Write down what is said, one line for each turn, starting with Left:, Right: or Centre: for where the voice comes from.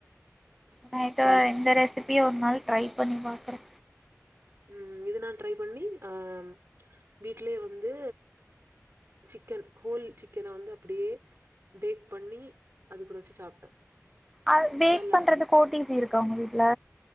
Centre: நா இத இந்த ரெசிபிய ஒரு நாள் ட்ரை பண்ணி பாக்கறே
Right: உம் இது நா ட்ரை பண்ணி அம் வீட்லியே வந்து சிக்கன் ஹோல் சிக்கன வந்து அப்பிடியே பேக் பண்ணி அது கூட வெச்சு சாப்ட்டோ
Centre: அது பேக்
Right: நல்லா
Centre: பண்றதுக்கு
Right: வந்து
Centre: ஒ டி ஜி இருக்கா உங்க வீட்ல